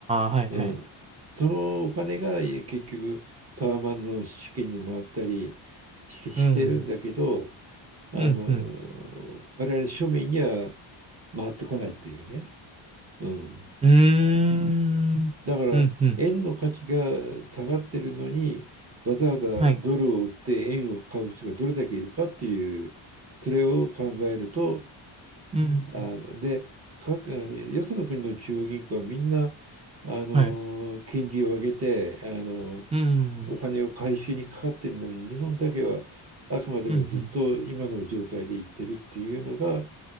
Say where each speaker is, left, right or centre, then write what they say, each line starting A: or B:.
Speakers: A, on the right (about 15°); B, on the right (about 30°).
A: あ、はいはい。
B: うん。そのお金が結局タワマンの資金に回ったりして、してるんだけど、
A: うん。
B: あの、
A: うん、うん。
B: 我々庶民には回ってこないっていうね。うん。
A: うーん。
B: だから、
A: うん、うん。
B: 円の価値が下がってるのに、わざわざドルを売って円を買う人がどれだけいるかっていう、
A: はい。
B: それを考えると、
A: うん。
B: あの、で、各、あの、よその国の中央銀行はみんな、あの、
A: はい。
B: 金利を上げて、あの、
A: うん。
B: お金を回収にかかってるのに、日本だけはあくまでもずっと今の状態でいってるっていうのが、
A: うん、うん。